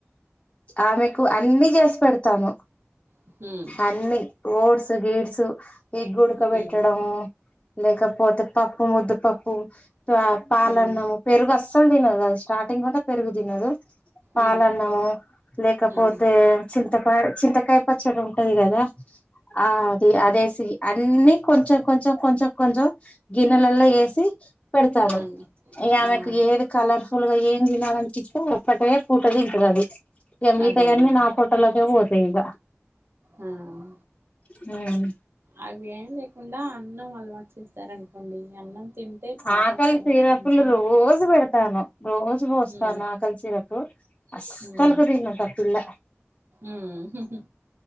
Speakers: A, on the left (about 25°); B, on the right (about 55°).
A: ఆమెకు అన్ని చేసి పెడతాను
B: ఉమ్
A: అన్ని ఓడ్స్ గిడ్స్ ఎగ్ ఉడకబెట్టడము
B: ఉమ్
A: లేకపోతే పప్పు ముద్దుపప్పు పా పాలన్నము
B: ఉమ్
A: పెరుగు అస్సలు తినదు అది స్టార్టింగ్ నుంటే పెరుగు తినదు పాలన్నము
B: ఉమ్
A: లేకపోతే
B: ఉమ్
A: చింతకాయ చింతకాయ పచ్చడి ఉంటది కదా ఆ ది అదేసి అన్నీ కొంచెం కొంచెం కొంచెం కొంచెం గిన్నెలలో ఏసి పెడతాను
B: ఉమ్
A: ఇగ ఆమెకు
B: ఉమ్
A: ఏది కలర్ఫుల్గా ఏం తినాలనిపిస్తే ఒక్కటే పూట తింటదాద ఇఢ మిగతయాన్నీ
B: అదేలే
A: నా పోట్టలోకే పోతాయి ఇగ
B: ఉమ్మ్
A: ఉమ్మ్
B: అవి ఏం లేకుండా అన్నం అలవాటు చేస్తారనుకోండి అన్నం తింటే పాప
A: ఆకలి
B: కూడా
A: సిరపులు
B: కొంచెం
A: రోజు పెడతాను రోజు
B: ఉమ్
A: పోస్తాను ఆకలి సిరప్ అస్సలుకు
B: ఉమ్
A: తినదు ఆ పిల్ల
B: ఉమ్